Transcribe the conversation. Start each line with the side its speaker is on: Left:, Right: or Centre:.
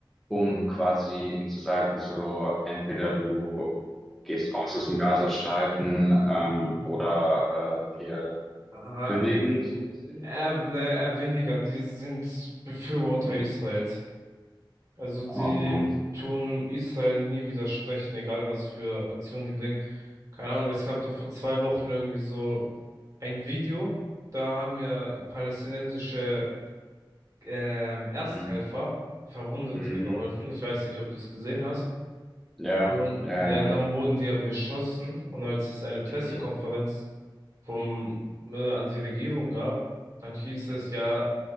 Centre: um quasi ihm zu sagen, so, entweder du gehst raus aus dem Gazastreifen, ähm,
Right: Mhm.
Centre: oder äh, wir
Right: äh,
Centre: kündigen so ein bisschen.
Right: er, naja, er weniger, die sind Befürworter
Centre: Hm.
Right: Israels. Also
Centre: Oh
Right: sie
Centre: man.
Right: tun Israel nie widersprechen, egal was für Aktionen die bringen. Keine Ahnung, es gab doch vor zwei Wochen irgendwie so ein Video, da haben ja palästinensische ähm, Ersthelfer
Centre: Hm,
Right: Verwundete
Centre: hm,
Right: geholfen. Ich weiß nicht, ob du es gesehen hast.
Centre: Ja,
Right: Und
Centre: äh,
Right: ja, dann wurden die ja beschossen. Und als es eine Pressekonferenz
Centre: hm,
Right: vom, äh, an die Regierung gab, dann hieß es
Centre: hm,
Right: ja,